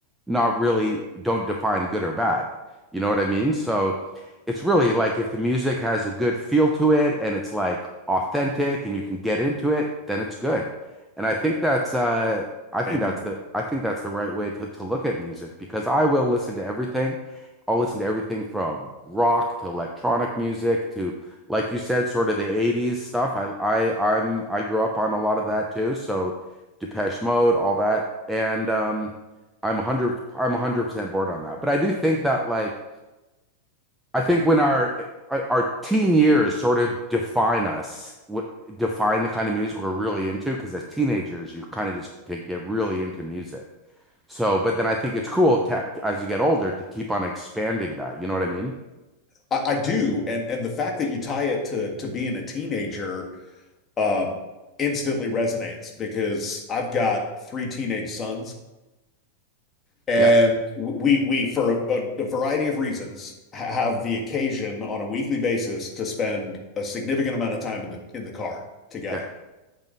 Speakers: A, in the centre; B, on the left.
A: not really don't define good or bad you know what i mean so it's really like if the music has a good feel to it and it's like authentic and you can get into it then it's good and i think that's uh i think
B: Amen.
A: that's the i think that's the right way to, to look at music because i will listen to everything i'll listen to everything from rock to electronic music to like you said, sort of the 80s stuff. I I I'm I grew up on a lot of that too. So Depeche Mode, all that. And um I'm 100 I'm 100% bored on that. But I do think that like I think when our our teen years sort of define us, w- define the kind of music we're really into because as teenagers you kind of just can get really into music. So, but then I think it's cool to, as you get older to keep on expanding that. You know what I mean?
B: I, I do, and and the fact that you tie it to to being a teenager um instantly resonates because I've got three teenage sons. And
A: Yeah.
B: we we for a, a, variety of reasons have the occasion on a weekly basis to spend a significant amount of time in the in the car together.
A: Okay.